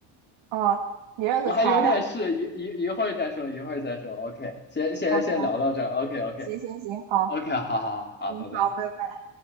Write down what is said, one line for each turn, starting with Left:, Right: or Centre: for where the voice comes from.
Right: 哦，你认识他呀
Left: 我还有点事，一一一会儿再说，一会儿再说。OK，先先先聊到这儿。
Right: ？OK 啊
Left: OK OK
Right: 行行行，好，
Left: OK，好好好，好，
Right: 嗯，
Left: 拜拜。
Right: 好，拜拜。